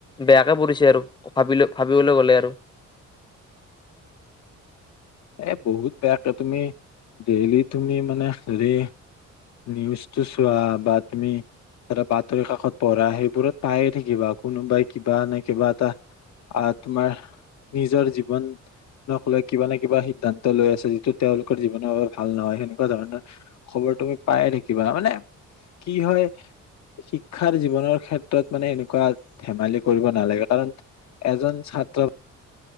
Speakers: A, on the left; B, on the left.
A: বেয়াকে পৰিছে আৰু। ভাবিলে ভাবিবলৈ গ'লে আৰু।
B: এ বহুত বেয়াকে তুমি ডেইলি তুমি মানে হেৰি নিউজটো চোৱা বা তুমি এটা বাতৰি কাকত পঢ়া সেইবোৰত পায়েই থাকিবা কোনোবাই কিবা নে কিবা এটা আহ তোমাৰ নিজৰ জীৱন ক লৈ কিবা নে কিবা সিদ্ধান্ত লৈ আছে যিটো তেওঁলোকৰ জীৱনৰ বাবে ভাল নহয় সেনেকুৱা ধৰণৰ খবৰ তুমি পায়ে থাকিবা মানে কি হয় শিক্ষাৰ জীৱনৰ ক্ষেত্ৰত মানে এনেকুৱা ধেমালি কৰিব নালাগে কাৰণ এজন ছাত্ৰ